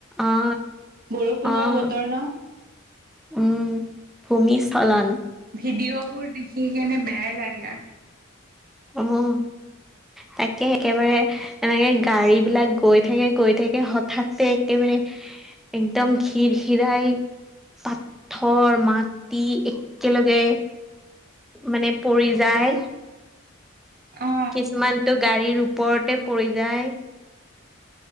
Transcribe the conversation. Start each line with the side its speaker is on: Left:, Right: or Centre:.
Centre: অ
Right: বৰষুণৰ
Centre: অ
Right: বতৰ ন!
Centre: উম, ভূমিস্খলন।
Right: ভিডিঅ' বোৰ দেখি কেনে বেয়াই লাগে।
Centre: উম, তাকে একেবাৰে এনেকে গাড়ী বিলাক গৈ থাকে গৈ থাকে হঠাতে একেবাৰে একদম খীৰ খীৰাই পাথৰ মাটি একেলগে মানে পৰি যায়।
Right: অ
Centre: কিছুমানতটো গাড়ীৰ ওপৰতে পৰি যায়।